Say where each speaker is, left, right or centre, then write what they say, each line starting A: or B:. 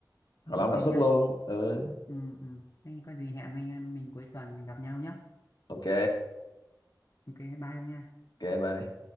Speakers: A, on the left; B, on the left.
A: hoặc là
B: ok
A: ông đặt suất
B: nha
A: luôn ừ
B: Ừm, ừm. Thế có gì hẹn anh em mình cuối tuần gặp nhau nhé
A: ok
B: ok bye ông nha
A: ok bye